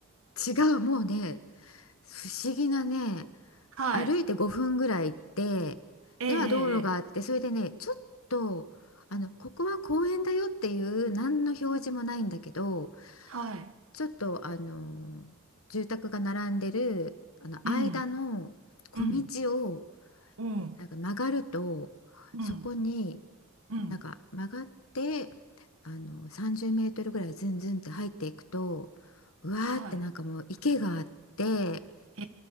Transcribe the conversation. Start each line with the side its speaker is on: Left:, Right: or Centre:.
Left: 違う、もうね、不思議なね、
Right: <laughs> はい。
Left: 歩いて5分ぐらい行って、
Right: ええええ。
Left: では道路があって、
Right: ええ
Left: それでね、ちょっと、あの、ここは公園だよっていう何の表示もないんだけど、
Right: はい。
Left: ちょっと、あの、住宅が並んでる、あの、
Right: うん。
Left: 間の小道を、
Right: うん。うん。
Left: なんか曲がると、
Right: うん。
Left: そこに、
Right: うん。
Left: なんか曲がってあの30メートルぐらいズンズンって入っていくとうわーってなんかもう池があって
Right: はい。へ